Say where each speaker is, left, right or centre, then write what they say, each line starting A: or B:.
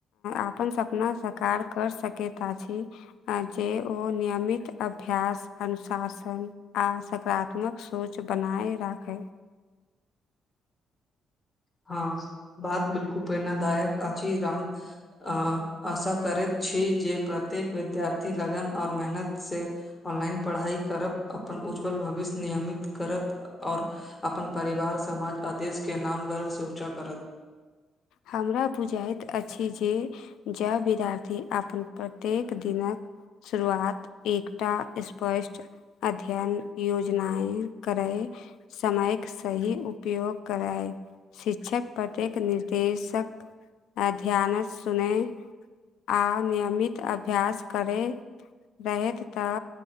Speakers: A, on the left; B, on the left.
A: आपन सपना सकार कर सकैत अछि जे ओ नियमित अभ्यास अनुशासन आ सकरात्मक सोच बनाय राखै
B: हँ बात बिल्कु प्रेरणादायक अछि राम अ आशा करैत छी जे प्रत्येक विद्यार्थी लगन और मेहनत से ऑनलाइन पढ़ाई करब अपन उज्जवल भविष्य नियमित करत आओर अपन परिवार समाज आ देश के नाम गर्व सँ ऊंचा करत
A: हमरा बुजाइत अछि जे जब विद्यार्थी आपन प्रत्येक दिनक शुरुआत एकटा स्पष्ट अध्यन योजनाऐं करै समयक सही उपयोग करै शिक्षक प्रत्येक निर्देशक अध्यान सुनेै आ नियमित अभ्यास करेै रहैत तऽ